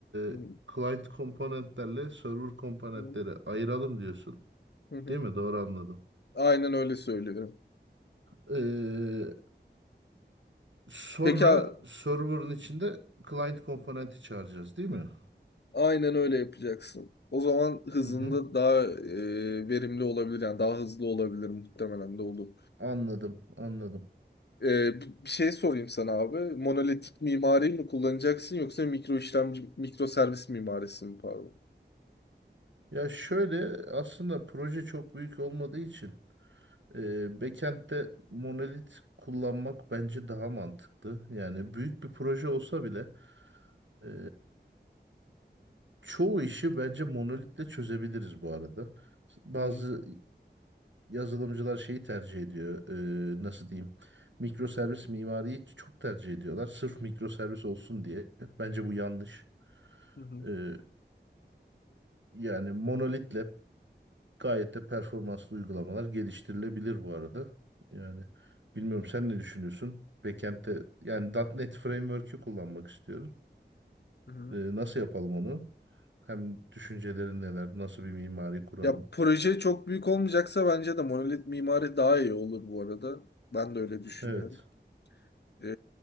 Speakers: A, on the left (about 65°); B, on the right (about 90°).
A: Hı.
B: e, client komponentlerle server komponentleri
A: Hı
B: ayıralım diyorsun.
A: hı. hı.
B: Değil mi? Doğru anladım.
A: Aynen öyle söylüyorum.
B: Ee, sonra
A: Peki a-
B: server'ın içinde client komponenti çağıracağız değil mi?
A: aynen öyle yapacaksın. O zaman hızında
B: Hı hı.
A: daha e, verimli olabilir yani daha hızlı olabilir muhtemelen de olur.
B: Anladım, anladım.
A: Ee, b- bir şey sorayım sana abi. Monolitik mimariyi mi kullanacaksın yoksa mikro işlemci, mikro servis mimarisi mi pardon?
B: Ya şöyle aslında proje çok büyük olmadığı için e, backend'de monolit kullanmak bence daha mantıklı. Yani büyük bir proje olsa bile e, çoğu işi bence monolitle çözebiliriz bu arada. Bazı
A: Hı hı,
B: yazılımcılar şeyi tercih ediyor. e, nasıl diyeyim? Mikroservis mimariyi çok tercih ediyorlar. Sırf mikroservis olsun diye. Bence bu yanlış.
A: hı hı,
B: E, yani monolitle Gayet de performanslı uygulamalar geliştirilebilir bu arada. Yani bilmiyorum sen ne düşünüyorsun? Backend'de yani .nokta .NET Framework'ü kullanmak istiyorum.
A: hı hı.
B: Ee, nasıl yapalım onu? Hem düşüncelerin neler? Nasıl bir mimari kuralım?
A: Ya proje çok büyük olmayacaksa bence de monolit mimari daha iyi olur bu arada. Ben de öyle düşünüyorum.
B: Evet.
A: Ee,